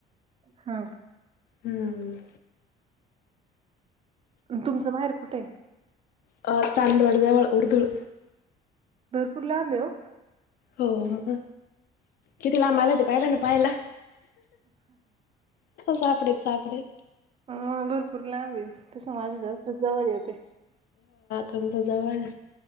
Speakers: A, on the right; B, on the left.
A: हा
B: हम्
A: तुमचं माहेर कुठेय
B: अ चांंदवाड जवळ उर्दुळू
A: भरपूर लांब आहे ओ
B: हो मग किती लांब आला ते पाहिला ना पाहाला सापडेच सापडे <unintelligible>
A: ह भरपूर लांब आहे तस माझं जास्त जवळ येत
B: तुमच् जवळ आहे